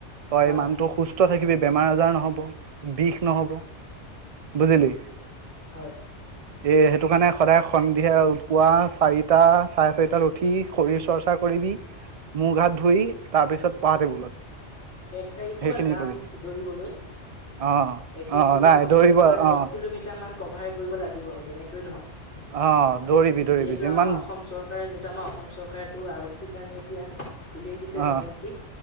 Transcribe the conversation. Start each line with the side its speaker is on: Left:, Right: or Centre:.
Right: তই
Left: হয়
Right: মানুহটো
Left: হয়
Right: সুস্থ থাকে কিবি বেমাৰ আজাৰ নহব বিষ নহব বুজিলি?
Left: হয়।
Right: এৰ সেইটো কাৰণে সদায় সন্ধিয়া পুৱা চাৰিটা চাৰে চাৰিটাত উঠি শৰীৰ চৰ্চা কৰিবি মোহ ঘাত ধুই তাৰপিছত পঢ়া টেবুলত।
Left: এক তাৰিখৰ
Right: সেইখিনি
Left: পৰা যাম
Right: কৰিবি
Left: দৌৰিবলৈ
Right: অ
Left: এক তাৰিখৰ
Right: অ নাই
Left: পৰা কমচে
Right: দৌৰিব
Left: কমে মানে দহ
Right: অ
Left: কিলোমিটাৰ মান। কভাৰ কৰিব লাগিব আৰু যেনেকৈয়ে নহওক,
Right: অ দৌৰিবি দৌৰিবি
Left: যিহেতু
Right: যিমান
Left: আমাৰ অসম চৰকাৰে, যিটো আমাৰ অসম চৰকাৰে টো আৰক্ষীৰ কাৰণে এতিয়া উলিয়াই দিছে
Right: অহ,
Left: ভেকেঞ্চি